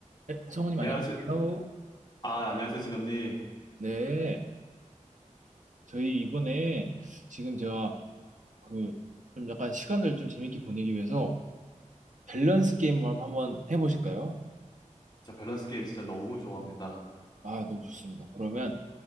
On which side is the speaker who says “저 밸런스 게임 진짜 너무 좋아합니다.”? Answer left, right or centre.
Left